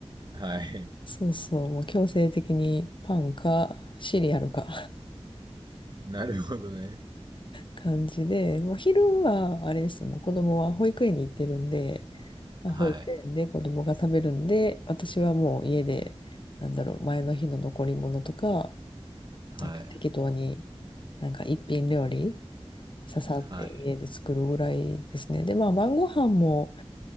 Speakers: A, on the right (about 45°); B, on the left (about 50°).
A: はい。
B: そうそう、もう強制的にパンかシリアルか。
A: <laughs> なるほどね。
B: 感じで、もう昼はあれですよ、もう子供は保育園に行ってるんで、まあ、
A: はい。
B: 保育園で子供が食べるんで、私はもう家で、なんだろう、前の日の残り物とか、
A: はい。
B: なんか適当に、なんか一品料理、ささって家で作るぐらいですね。
A: はい。
B: で、まあ晩ご飯も、